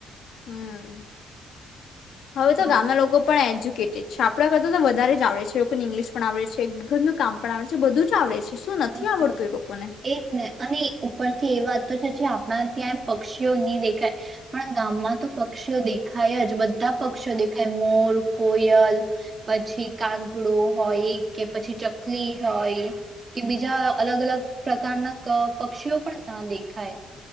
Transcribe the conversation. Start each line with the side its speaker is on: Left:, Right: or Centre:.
Left: હમ્મ. હવે
Right: હા
Left: તો ગામના લોકો પણ એજુ કે કે છે આપણા કરતા તો વધારે જ આવડે છે લોકોને ઇંગ્લિશ પણ આવડે છે ઘરનું કામ પણ આવડે છે બધું જ આવડે છે. શું નથી
Right: હા
Left: આવડતું
Right: આ,
Left: એ લોકોને
Right: એજ ને અને ઉપર થી એ વાત તો જે છે આપણા ત્યાં પક્ષીઓ નહી દેખાય પણ ગામમાં તો પક્ષીઓ દેખાય જ. બધા પક્ષીઓ દેખાય મોર, કોયલ, પછી કાગડો હોય, કે પછી ચકલી હોય કે બીજા ના અલગ અલગ પ્રકારના ક પક્ષીઓ પણ ત્યાં દેખાય.